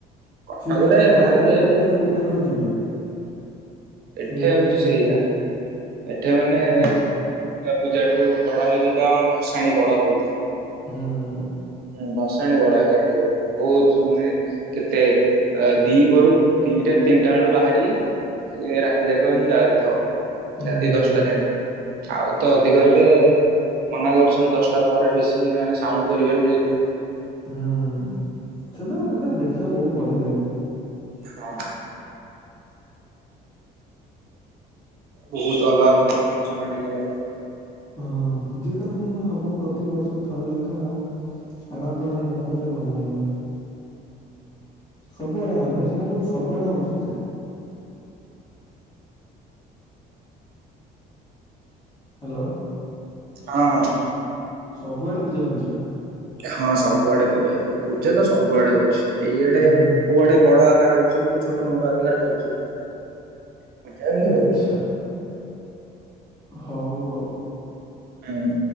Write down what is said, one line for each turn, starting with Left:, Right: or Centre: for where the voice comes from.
Left: ସିରିଏଲରେ
Right: କଟକରେ
Left: କାହାପରେ
Right: କହିବାକୁ ଗଲେ
Left: କୋଉଟା କୋଉ ଠାକୁର ଯିବେ?
Right: ଏଠେ
Left: ସେଇଭଳିଆ
Right: ହଉଛି
Left: ଜାଣନ୍ତି
Right: ସେଇଆ।
Left: ଆଉ।
Right: ଏଠେ ମାନେ
Left: ହୁଁ
Right: ଦୂର୍ଗା ପୂଜାଠୁ ବଡ ହଉଛି ତ ଆମ ଭସାଣି ବଡ ହୋଇଥାଏ।
Left: ହୁଁ।
Right: ହୁଁ, ଭସାଣୀ ବଡ ଆକାରରେ ହୁଏ। ବହୁତ ମାନେ କେତେ ଆ ଦ୍ଵିପହରୁ ଦିଟା ତିନିଟା ବେଳୁ ବାହାରିକି ରାତି ଯାକ ଏମତି ଯାଇଥାଉ।
Left: ହୁଁ
Right: ରାତି ଦଶଟା ଯାକେଁ। ଆଉ ତ ଅଧିକ ହେଲେ ମନା କରୁଛନ୍ତି ଦଶଟା ପରେ ବେଶୀ ମାନେ ସାଉଣ୍ଡ କରିବେନି ଯେହେତୁ
Left: ହୁଁ। ସେଟା ସେଟା ଦେଖିବାକୁ ବହୁତ ବଢିଆ ଲାଗେ।
Right: ହଁ। ବହୁତ ଅଲଗା ପ୍ରକାର ଜିନିଷ ଆଣିକି <unintelligible>
Left: ହଁ ପୂଜାଟା ମେନ୍ ହବ ପ୍ରତିିବର୍ଷକୁ ଥରେ ଲେଖା ଆଉ। ଆଡ଼ମ୍ବରରେ ନ କଲେ ଭଲ ଲାଗିବନି। ସବୁଆଡେ, ଆମେ ସିନା କହୁଚୁ ସବୁଆଡେ ହଉଛି ପୂଜା। ହ୍ୟାଲୋ।
Right: ହଁ ହଁ।
Left: ସବୁଆଡେ ପୂଜା ହଉଛି ବା।
Right: ହଁ ସବୁଆଡେ ପୂଜା ପୂଜା ତ ସବୁଆଡେ ହଉଛି। ଏଇଆଡେ
Left: ହୁଁ
Right: କୋଉଆଡେ ବଡ ଆକାର ହଉଛିୁ କୋଉଆଡ଼େ ଛୋଟ ମୋଟ ଆକାରରେ ହଉଛି। ପୂଜା କିନ୍ତୁ
Left: ଆଚ୍ଛା
Right: ହଉଛି
Left: ହଉ ଆଉ।
Right: ହୁଁ।